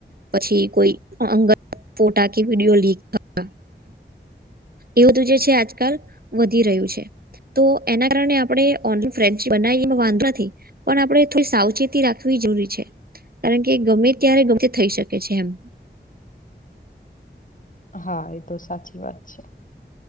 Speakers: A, on the right; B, on the left.
A: પછી કોઈ અંગત ફોટા કે વિડીયો લીક થવા એ બધું જે છે આજકાલ વધી રહ્યું છે. તો એના કારણે આપણે ઓનલાન ફ્રેન્ચ બનાવી એ વાંધો નથી. પણ આપણે થોડી સાવચેતી રાખવી જરૂરી છે કારણ કે ગમે ત્યારે ગમે તે થઈ શકે. છે એમ.
B: હા એ તો સાચી વાત છે.